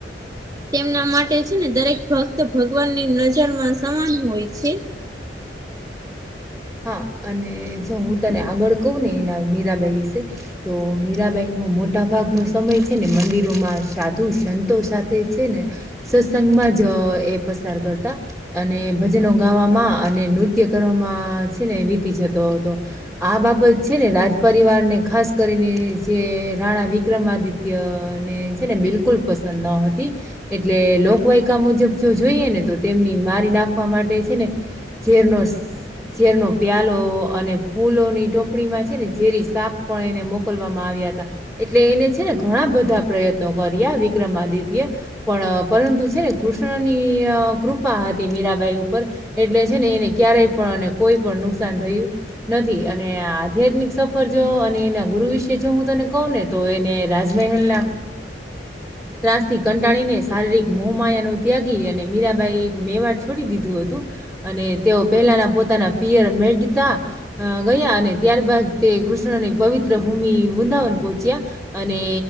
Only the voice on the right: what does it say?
તેમના માટે છે ને દરેક ભક્ત ભગવાનની નજરમાં સમાન હોય છે.